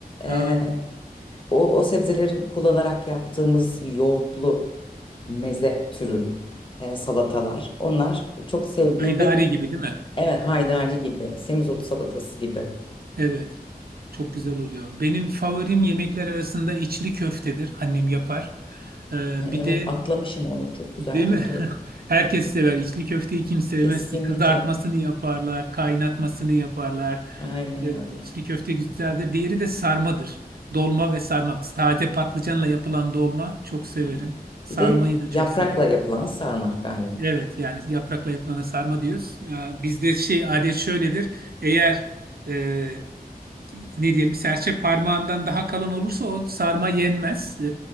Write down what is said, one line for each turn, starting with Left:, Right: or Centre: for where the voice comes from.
Left: e,
Right: Aa,
Left: O, o sebzeleri kullanarak yaptığımız yoğurtlu meze türü e, salatalar. Onlar çok sevdiğim
Right: Haydari
Left: ve
Right: gibi değil mi?
Left: evet haydari gibi, semizotu salatası gibi.
Right: Evet. Çok güzel oluyor. Benim favorim yemekler arasında içli köftedir. Annem yapar. Ee,
Left: E, Evet
Right: bir de
Left: atlamışım onu çok güzeldir
Right: Değil mi?
Left: doğru.
Right: <laughs> Herkes sever. İçli köfteyi kim sevmez
Left: Kesinlikle.
Right: ki? Kızartmasını yaparlar, kaynatmasını yaparlar.
Left: Aynen
Right: Ee,
Left: öyle.
Right: İçli köfte güzeldir. Diğeri de sarmadır. Dolma ve sarma. Taze patlıcanla yapılan dolma çok severim.
Left: Hı.
Right: Sarmayı
Left: Bir de
Right: da
Left: yaprakla
Right: çok severim.
Left: yapılan sarma galiba.
Right: Evet yani yaprakla yapılana sarma diyoruz. Ee, Bizde şey adet şöyledir. Eğer e, ne diyelim serçe parmağından daha kalın olursa o sarma yenmez. Ee,